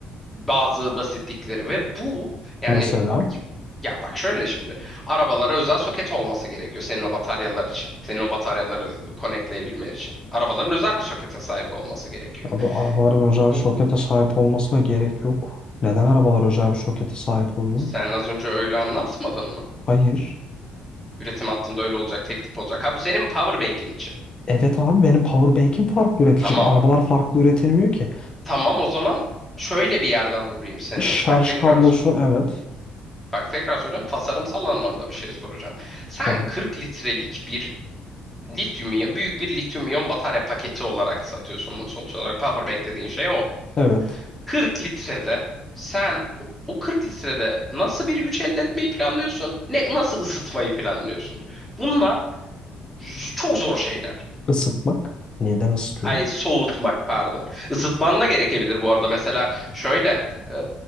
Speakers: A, in the centre; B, on the left.
A: Bazı basitlikleri ve bu yani
B: mesela
A: ya bak şöyle şimdi arabalara özel soket olması gerekiyor senin o bataryalar için. Senin o bataryaları konekleyebilmen için. Arabaların özel bir sokete sahip olması gerekiyor.
B: abi arabaların özel bir
A: Bu
B: sokete sahip olmasına gerek yok. Neden arabalar özel bir sokete sahip oluyor?
A: sen az önce öyle anlatmadın mı?
B: Hayır.
A: Üretim hattında öyle olacak, tek tip olacak. Ha bu senin powerbank'in için.
B: Evet abi benim powerbank'im farklı üretilecek.
A: Tamam.
B: Arabalar farklı üretilmiyor ki.
A: Tamam o zaman şöyle bir yerden vurayım seni.
B: Şarj
A: Bak tekrar
B: kablosunu
A: sor.
B: evet.
A: Bak tekrar soracağım. Tasarımsal anlamda bir şey soracağım. Sen
B: Tabii.
A: 40 litrelik bir lityum iyon, büyük bir lityum iyon batarya paketi olarak satıyorsun bunu sonuç olarak. Powerbank dediğin şey o.
B: Evet.
A: 40 litrede sen o o 40 litrede nasıl bir güç elde etmeyi planlıyorsun? Ne, nasıl ısıtmayı planlıyorsun? Bunlar z- çok zor şeyler.
B: Isıtmak. Neden ısıtıyorum?
A: Ay soğutmak pardon. Isıtman da gerekebilir bu arada. Mesela şöyle e,